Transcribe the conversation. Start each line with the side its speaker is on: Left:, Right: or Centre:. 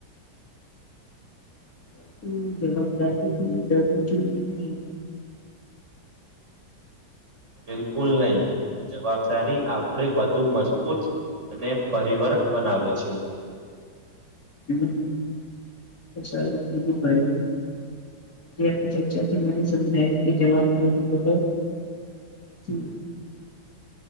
Left: <inaudible> જવાબદારીથી ડરવું જોઈએ નહિ
Right: બિલકુલ નહી. જવાબદારી આપણે વધુ મજબૂત અને પરિવર્ક બનાવે છે.
Left: હમ <unintelligible> ભાઈ. જે આ ચર્ચા થી મને સમજાયી કે જવાબદારી વગર <unintelligible>